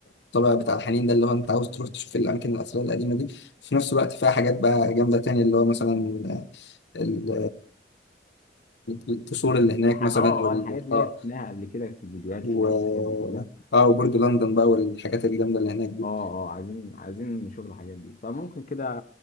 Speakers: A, on the left (about 75°); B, on the left (about 45°).
A: الطابع بتاع الحنين ده اللي هو انت عاوز تروح تشوف الاماكن الاثريه القديمه دي في نفس الوقت فيها حاجات بقى جامده تانية اللي هو مثلا ال- القصور
B: الح-
A: اللي هناك
B: الح-
A: مثلا
B: اه
A: وال
B: اه الحاجات اللي
A: اه
B: هي شفناها قبل كده في الفيديوهات
A: و
B: شفناها في الحاجات دي كلها
A: اه وبرج لندن بقى والحاجات الجامده اللي هناك دي
B: اه اه عايزين عايزين نشوف الحاجات دي فممكن كده